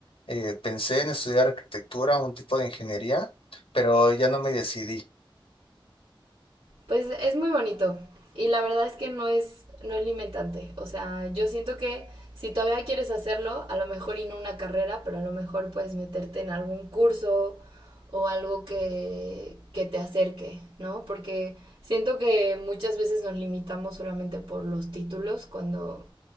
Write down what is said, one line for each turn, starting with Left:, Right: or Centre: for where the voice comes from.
Left: eh, pensé en estudiar arquitectura o un tipo de ingeniería, pero ya no me decidí.
Right: Pues es muy bonito y la verdad es que no es, no es limitante. O sea, yo siento que si todavía quieres hacerlo, a lo mejor y no una carrera, pero a lo mejor puedes meterte en algún curso o algo que, que te acerque, ¿no? Porque siento que muchas veces nos limitamos solamente por los títulos cuando